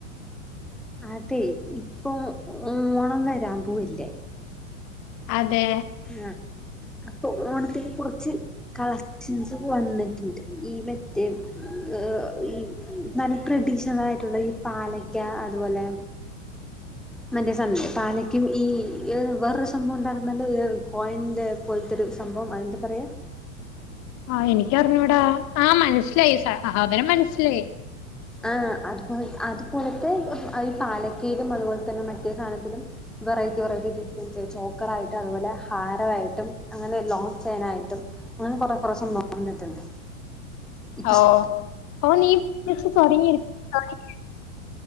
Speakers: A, in the centre; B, on the left (about 45°).
A: അതെ ഇപ്പൊ ഓണം വരാൻ പോവല്ലേ.
B: അതെ
A: ആഹ് അപ്പൊ ഓണത്തിന് കുറച്ച് കളക്ഷൻസ് ഒക്ക വന്നിട്ട്ണ്ട്. ഈ മറ്റേ ഏഹ് ഈ നല്ല ട്രഡീഷണൽ ആയിട്ടുള്ള ഈ പാലക്ക അതുപോലെ മറ്റേ സാനല്ലേ പാലയ്ക്കിം ഈ ഏഹ് വെറൊരു സാ സംഭവം ഉണ്ടായിര്ന്നല്ലോ ഏഹ് കോയിൻ്റെ പോലത്തെരു സംഭവം അതെന്താ പറയ്?
B: ആഹ് എനിക്കറിഞ്ഞൂടാ ആഹ് മനസ്സിലായി സാധനം മനസ്സിലായി.
A: ആഹ് അത് പോലത്ത അതുപോലത്തെ അയ് ഈ പാലക്കയിലും അതുപോലെ തന്നെ മറ്റേ സാനത്തിലും വെറൈറ്റി വെറൈറ്റി <unintelligible> ചോക്കറ ആയിട്ട് അതുപോലെ ഹാരമായിട്ടും അങ്ങനെ ലോങ്ങ്‌ ചെയ്നായിട്ടും അങ്ങനെ കൊറേ കൊറേ സംഭവം വന്നിട്ട്ണ്ട്. ഇപ്പ
B: ഓഹ്
A: സ്
B: ഓഹ് നീ ജസ്റ്റ്‌ തൊടങ്ങിരി തൊടങ്ങി